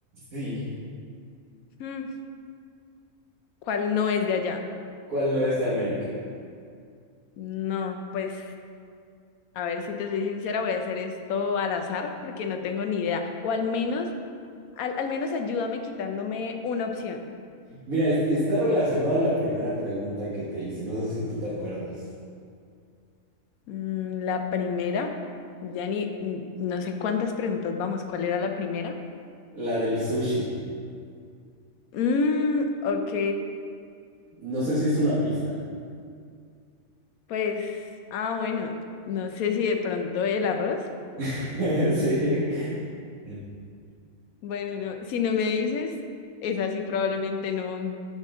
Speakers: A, on the right; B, on the left.
A: sí.
B: Mm, ¿cuál no es de allá?
A: ¿Cuál no es de América?
B: No, pues a ver si te soy sincera, voy a hacer esto al azar porque no tengo ni idea. O al menos, al, al menos ayúdame quitándome una opción.
A: Mira, es- está relacionada a la primera pregunta que te hice. No sé si tú te acuerdas.
B: Mm, la primera, ya ni, mm, no sé cuántas preguntas vamos, ¿cuál era la primera?
A: La del sushi.
B: Mm, ok,
A: No sé si es una pista.
B: pues, ah, bueno, no sé si de pronto el arroz.
A: <laughs> Sí.
B: Bueno, no, si no me dices, es así, probablemente no,